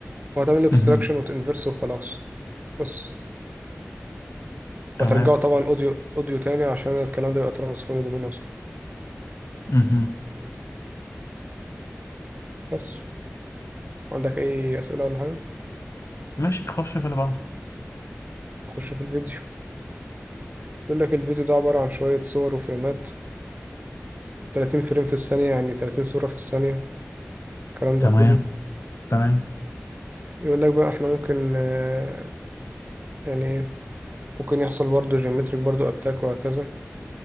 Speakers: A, on the right; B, on the left.
A: وهتعمل له اكستراكشن
B: مهم.
A: وتنفرس وخلاص بس
B: تمام
A: وهترجعه طبعا اوديو اوديو تاني عشان الكلام ده يبقى ترانسفورم دومين اصلا
B: مهم.
A: بس عندك اي اسئله ولا حاجه
B: ماشي خش في اللي بعده
A: خش في الفيديو بيقول لك الفيديو ده عباره عن شويه صور وفريمات 30 فريم في الثانيه يعني 30 صوره في الثانيه الكلام
B: تمام
A: ده كله
B: تمام
A: يقول لك بقى احنا ممكن آه، يعني ممكن يحصل برضو جيومتريك برضو اتاك وهكذا